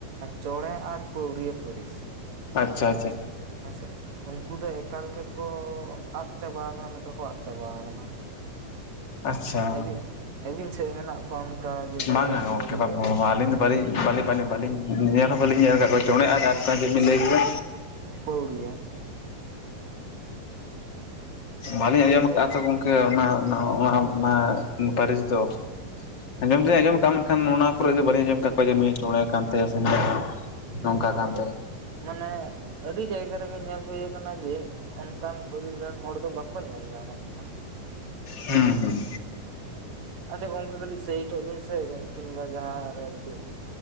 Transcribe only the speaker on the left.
ᱟᱪᱪᱷᱟ ᱟᱪᱪᱷᱟ
ᱟᱪᱪᱷᱟ
ᱵᱟᱝᱼᱟ ᱜᱚᱝᱠᱮ
ᱵᱟ
ᱟᱹᱞᱤᱧ ᱫᱚ <inaudible> ᱵᱟᱞᱤ ᱵᱟᱞᱤᱧ ᱵᱟᱹᱞᱤᱧ ᱧᱮᱞ ᱦᱚᱸ ᱵᱟᱹᱞᱤᱧ ᱧᱮᱞ ᱟᱠᱟᱫ ᱠᱚᱣᱟ ᱪᱚᱸᱬᱮ ᱟᱨ ᱟᱨ ᱢᱤᱫᱴᱟᱝ ᱪᱮᱫ ᱵᱤᱱ ᱞᱟᱹᱭ ᱠᱮᱫᱟ
ᱵᱟᱹᱞᱤᱧ ᱟᱸᱡᱚᱢ ᱟᱠᱟᱫᱼᱟ ᱛᱚ ᱜᱚᱢᱠᱮ ᱚᱱᱟ ᱚᱱᱟ ᱚᱱᱟ ᱯᱟᱹᱨᱤᱥ ᱫᱚ
ᱟᱸᱡᱚᱢ ᱫᱩᱧ ᱟᱸᱡᱚᱢ ᱠᱟᱜᱼᱟ ᱢᱮᱱᱠᱷᱟᱱ ᱚᱱᱟ ᱠᱚᱨᱮ ᱵᱟᱹᱞᱤᱧ ᱟᱸᱡᱚᱢ ᱠᱟᱜ ᱠᱚᱣᱟ ᱡᱮ ᱱᱩᱭ ᱫᱚ ᱪᱚᱸᱬᱮ ᱠᱟᱱ ᱛᱟᱭᱟ ᱥᱮ ᱱᱚᱝᱠᱟ
ᱠᱟᱱ ᱛᱟᱭᱟ
ᱦᱩᱸ ᱦᱩᱸ